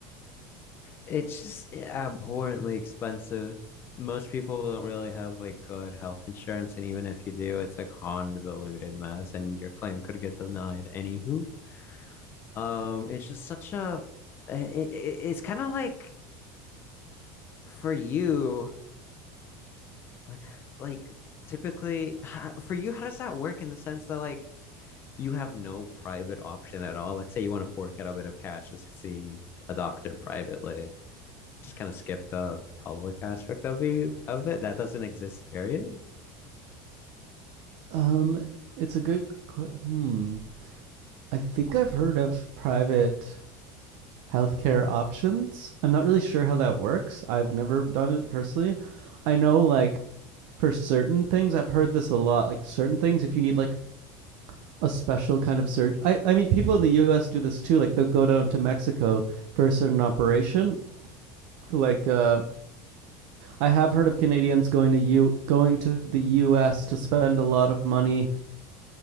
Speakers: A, on the left (about 35°); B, on the right (about 65°).
A: it's just abhorrently expensive. Most people don't really have like good health insurance, and even if you do, it's a convoluted mess, and your claim could get denied. Anywho, um, it's just such a it, it- it's kind of like for you, like like typically how, for you, how does that work in the sense that like you have no private option at all? Let's say you want to fork out a bit of cash just to see a doctor privately. Just kind of skip the public aspect of you of it. That doesn't exist, period.
B: Um, it's a good. Qu- hmm. I think I've heard of private healthcare options. I'm not really sure how that works. I've never done it personally. I know like for certain things, I've heard this a lot. Like certain things, if you need like a special kind of surgery, I, I mean, people in the U.S. do this too. Like they'll go down to Mexico for a certain operation. Like uh, I have heard of Canadians going to U going to the U.S. to spend a lot of money